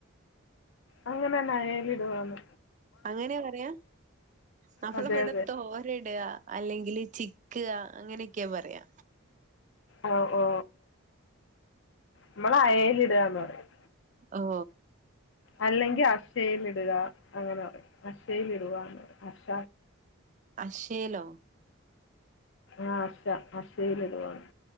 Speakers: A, on the left; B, on the right.
A: അങ്ങനെന്നായല ഇടു വന്ന്
B: അങ്ങനെ പറയാ നമ്മളവിടെ
A: അതെ അതെ
B: തോര ഇടയാ അല്ലെങ്കില് ചിക്ക അങ്ങനെയൊക്കെയാ പറയാ
A: ഓ ഓ നമ്മൾ അയൽ ഇടന്ന് പറയും
B: ഹ
A: അല്ലെങ്കിൽ അശൽ ഇടുക അങ്ങനെ പറ അഛൽ ഇടുകന്ന് അശ
B: അക്ഷേലോ
A: ആഹ അഷ ആഷയില ഇതുവാണ്